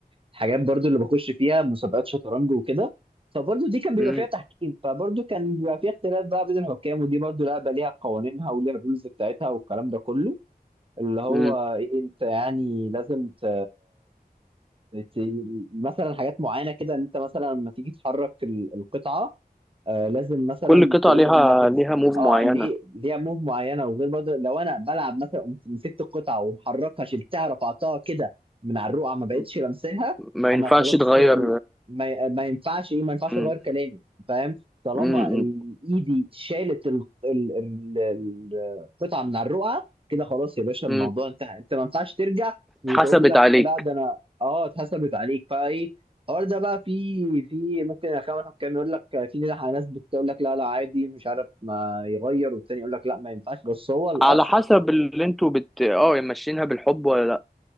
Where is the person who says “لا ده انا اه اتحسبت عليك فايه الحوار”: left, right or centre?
Right